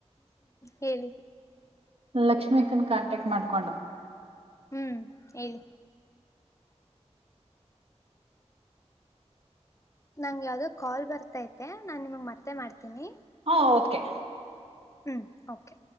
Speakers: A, on the left; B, on the right.
A: ಹೇಳಿ.
B: ಲಕ್ಷ್ಮೀ ಅಕ್ಕನ್ ಕಾಂಟ್ಯಾಕ್ಟ್ ಮಾಡ್ಕೊಂಡು
A: ಹ್ಮ್ ಹೇಳ. ನಂಗ ಯಾವದೋ ಕಾಲ್ ಬರ್ತತೆ ನಾನ ನಿಮಗ್ ಮತ್ತೆ ಮಾಡ್ತೀನಿ.
B: ಹಾ ಓಕೆ.
A: ಹ್ಞೂ ಓಕೆ.